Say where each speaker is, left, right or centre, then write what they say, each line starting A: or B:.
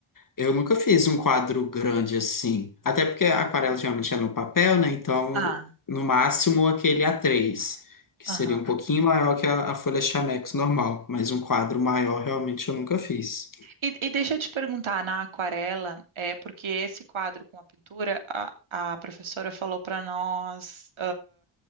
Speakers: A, on the left (about 40°); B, on the right (about 70°).
A: Eu nunca fiz um quadro grande assim. Até porque a aquarela geralmente é no papel, né? Então,
B: Ah,
A: no máximo, aquele a três, que
B: Aham.
A: seria um pouquinho maior que a, a folha Chamex normal. Mas um quadro maior, realmente, eu nunca fiz.
B: E, e deixa eu te perguntar, na aquarela, é porque esse quadro com a pintura, a, a professora falou para nós.